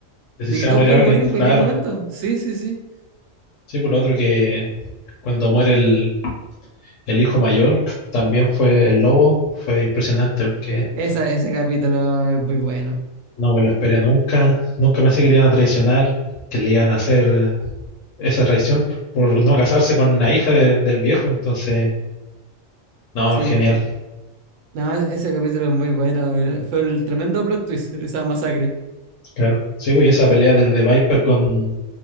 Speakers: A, on the left; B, on the right.
A: de si
B: de
A: se
B: que
A: va
B: todos
A: a morir
B: pueden
A: alguien,
B: morir en cualquier
A: claro.
B: momento. Sí, sí, sí.
A: Sí, por lo otro que cuando muere el, el hijo mayor, también fue el lobo, fue impresionante porque
B: Esa, ese capítulo es muy bueno.
A: no me lo esperé nunca, nunca pensé que le iban a traicionar, que le iban a hacer esa traición por no casarse con una hija de- del viejo, entonces, no,
B: Sí,
A: genial,
B: po. No, ese capítulo es muy bueno. era- Fue el tremendo plot twist, esa masacre.
A: claro. Sí, pues y esa pelea del de Viper con,